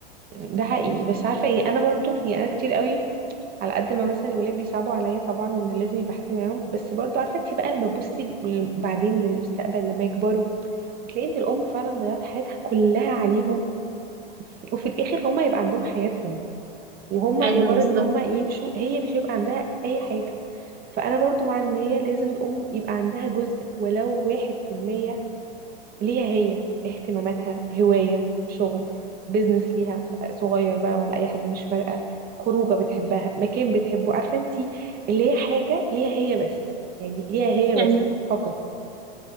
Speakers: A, on the right; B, on the right.
A: ده حقيقي بس عارفة ايه انا برضو يعني انا كتير قوي على قد ما مثلا الولاد بيصعبوا عليا طبعا وان لازم يبقى حد معاهم بس برضو عارفة انتي بقى لما تبصي ل- بعدين للمستقبل لما يكبروا بتلاقي ان الام فعلا ضيعت حياتها كلها عليهم وفي الاخر هما يبقى عندهم حياتهم وهم
B: ايوه
A: مجرد
B: بالظبط
A: ان هم يمشوا هي مش هيبقى عندها اي حاجة فانا برضو مع ان هي لازم الام يبقى عندها جزء ولو واحد في المية ليها هي اهتماماتها هواية شغل بيزنس ليها صغير بقى ولا اي حاجة مش فارقة خروجة بتحبها مكان بتحبه عارفة انتي اللي هي حاجة ليها هي بس يعني ليها هي
B: ايوه
A: بس فقط